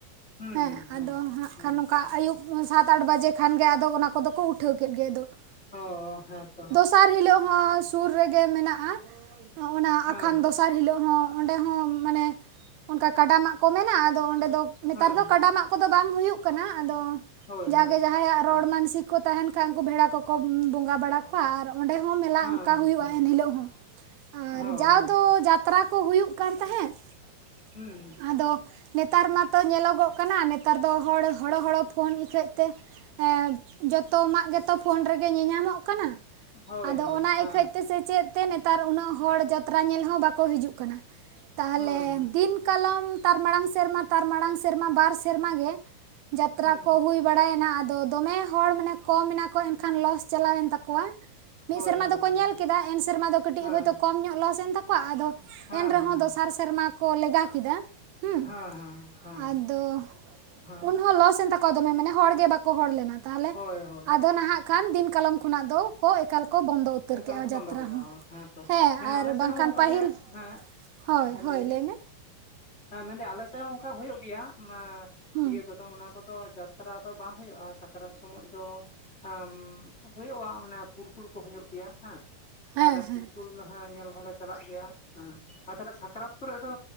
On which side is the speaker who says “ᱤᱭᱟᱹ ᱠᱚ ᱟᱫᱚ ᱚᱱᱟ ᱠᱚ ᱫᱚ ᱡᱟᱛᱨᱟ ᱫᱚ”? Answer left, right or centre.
Left